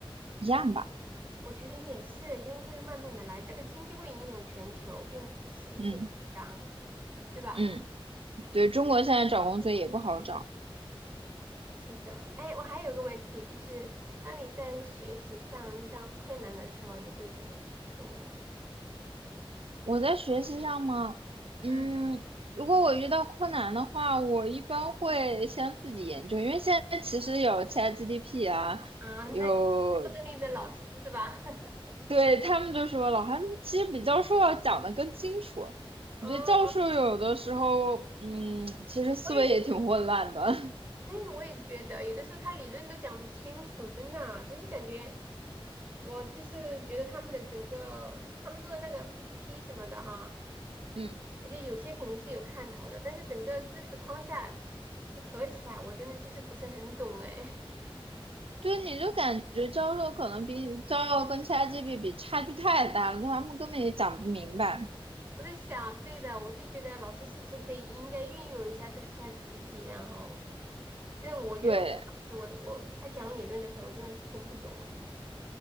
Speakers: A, on the right; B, on the right.
A: 一样吧？
B: 我觉得也是，因为会慢慢的来，这个经济会影响全球，并不只是一个国家，
A: 嗯
B: 是吧？
A: 嗯，对，中国现在找工作也不好找。
B: 是的，哎，我还有个问题，就是当你在学习上遇到困难的时候，你会怎么去处理啊？
A: 我在学习上吗？嗯，
B: 嗯。
A: 如果我遇到困难的话，我一般会先自己研究，因为现在其实有 c h a t g p 啊，
B: 啊，
A: 有，
B: 那这里的老师是吧？<laughs>
A: 对，他们就说老韩其实比教授要讲的更清楚。
B: 哦，
A: 我觉得教授有的时候，嗯，其实思维也挺混乱的。
B: 我也，
A: <laughs>
B: 对，我也觉得有的时候他理论都讲不清楚，真的啊，就是感觉我就是觉得他们的整个他们做的那个 PPT 什么的哈，
A: 嗯
B: 我觉得有些肯定是有看头的，但是整个知识框架合起来，我真的就是不是很懂哎。<laughs>
A: 对，你就感觉教授可能比教授跟其他 a t g p 比差距太大了，他们根本也讲不明白。
B: 我在想，对的，我就觉得老师是不是可以应该运用一下这个 ChatGPT，然后，这样我觉得我当时我的我他讲理论的时候，
A: 对
B: 我真的是听不懂的。